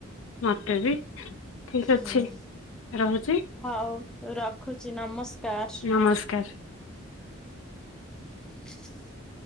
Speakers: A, on the left; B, in the centre.
A: ମୋତେ ବି ଠିକ
B: ହୁଁ
A: ଅଛି ରହୁଛି।
B: ହଉ ରଖୁଛି ନମସ୍କାର।
A: ନମସ୍କାର।
B: <inaudible>